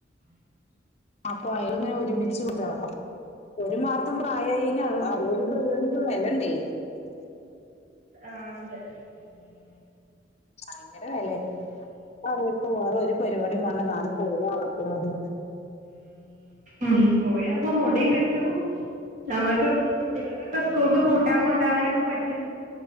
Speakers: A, on the left; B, on the right.
A: അപ്പൊ അയാൾ ഇങ്ങനെ ഒരുമിച്ച് വിട്ടേക്കും ഒരു മാസം പ്രായം ഇനി അവിടെ. ഇത് വരേണ്ടേ.
B: ആഹ് ഇണ്ട്.
A: ഭയങ്കര വില അത് ഇപ്പോ വേറെ ഒരു പരിപാടി വേണ്ട, നാല് പോവു <unintelligible> അത്.
B: ഉം പോയാൽ ഇപ്പൊ മുടിയും കിട്ടും. നമുക്ക് കുട്ടികൾക്ക് ഒക്കെ സ്കൂളിൽ കൂട്ടാൻ കൊണ്ട് പോവാനൊക്കെ പറ്റും.